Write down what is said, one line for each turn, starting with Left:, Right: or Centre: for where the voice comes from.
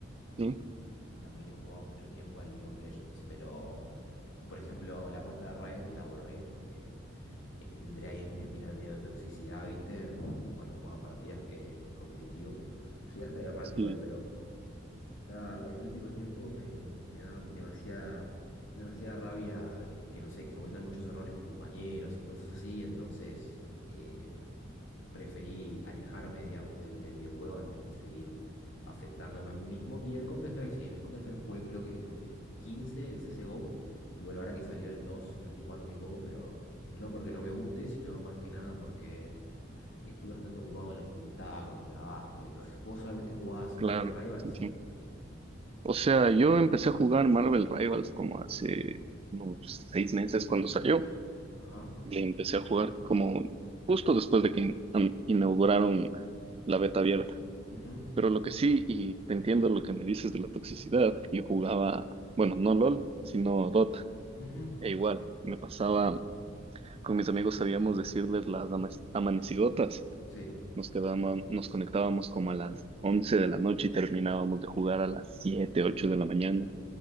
Right: sí,
Left: Y también he jugado mucho tiempo al League of Legends. Pero, por ejemplo, la cuenta de Riot la borré porque este, entré ahí en una espiral medio de toxicidad, ¿viste? Cuando jugaba partidas eh, competitivo. Llegué hasta diamante
Right: sí,
Left: igual, pero ya el último tiempo me, me da demasiada, demasiada rabia eh, que no sé, que cometan muchos errores mis compañeros y cosas así, entonces eh, preferí alejarme, digamos, del, del videojuego antes que seguir afectándome a mí mismo. Y el Counter-Strike, sí, el Counter-Strike jugué creo que desde 2015, el CSGO. Y bueno, ahora que salió el 2 lo estoy jugando muy poco, pero no porque no me guste, sino más que nada porque estoy bastante ocupado con la facultad, con el trabajo y todo eso. ¿Vos solamente jugabas
Right: claro,
Left: Marvel Rivals?
Right: sí, O sea, yo empecé a jugar Marvel Rivals como hace unos seis meses cuando salió.
Left: Ajá.
Right: Le empecé a jugar como justo después de que in- an- inauguraron la beta abierta.
Left: ujú,
Right: Pero lo que sí, y te entiendo lo que me dices de la toxicidad, yo jugaba, bueno, no LOL, sino Dota.
Left: ujú,
Right: E igual, me pasaba, con mis amigos sabíamos decirles las ama- amanecidotas.
Left: Sí.
Right: Nos quedábamos, nos conectábamos como a las 11 de la noche y terminábamos de jugar a las 7, 8 de la mañana.